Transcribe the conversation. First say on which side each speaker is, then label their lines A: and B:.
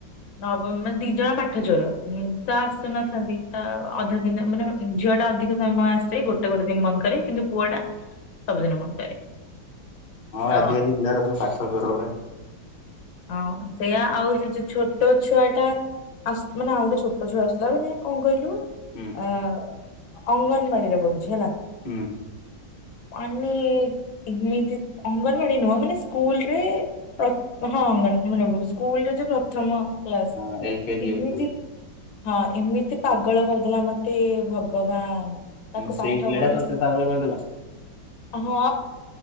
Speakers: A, on the left; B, on the left.
A: ନବମ ମାନେ ଦି ଜଣ ପାଠଚୋର ନିନ୍ତ ଆସୁନ ଛନ୍ତି ତ ଅଧା ଦିନ ମାନେ ଝିଅଟା ଅଧିକ ସମୟ ଆସେ ଗୋଟେ ଗୋଟେ ଦିନ ବନ୍ଦ କରେ କିନ୍ତୁ ପୁଅଟା ସବୁଦିନ ବନ୍ଦ କରେ।
B: ହଁ
A: ତ
B: ଆଜିିକାଲି ପିଲାରା ସବୁ ପାଠ ଚୋର ଉରା।
A: ହଁ ସେଇୟା ଆଉ ଯୋଉ ଯୋଉ ଛୋଟ ଛୁଆଟା ଆସ୍ ମାନେ ଆଉ ଗୋଟେ ଛୋ ଟ ଛୁଆ ଆସିଲା ମାନେ କଣ କହିଲୁ,
B: ହୁଁ
A: ଆ ଅଙ୍ଗନବାଡିରେ ପଢୁଛି ହେଲା।
B: ହୁଁ
A: ମାନେ ଏମିତି ଅଙ୍ଗନବାଡି ନୁହଁ ମାନେ ସ୍କୁଲରେ ପ୍ର ହଁ <unintelligible> ସ୍କୁଲରେ ଯୋଉ ପ୍ରଥମ କ୍ଲାସ,
B: ହଁ ଏଲ କେଜି
A: <unintelligible>
B: ୟୁକେଜି
A: ହଁ ଏମିତି
B: ହଁ
A: ପାଗଳ କରିଦେଲା ମତେ ଭଗବାନ! ତାକୁ
B: ମାନେ ସେଇ
A: ପାଠ
B: ପିଲାଟା
A: ପଢେଇ
B: ତତେ ପାଗଳ କରିଦେଲା।
A: ହଁ,